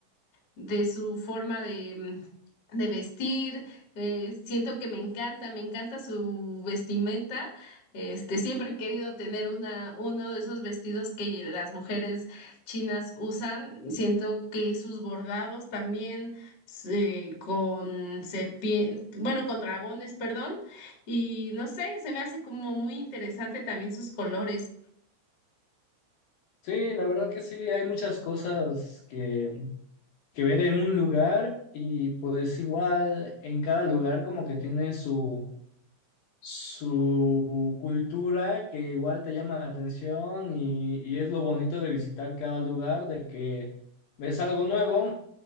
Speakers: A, on the left; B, on the left.
A: de su forma de, mm, de vestir. eh, siento que me encanta, me encanta su vestimenta. Este, siempre he querido tener una, uno de esos vestidos que las mujeres chinas usan. Siento que sus bordados también eh, con serpientes, bueno, con dragones, perdón. Y no sé, se me hace como muy interesante también sus colores.
B: Sí, la verdad que sí, hay muchas cosas que, que ver en un lugar y pues igual en cada lugar como que tiene su su cultura que igual te llama la atención y, y es lo bonito de visitar cada lugar, de que ves algo nuevo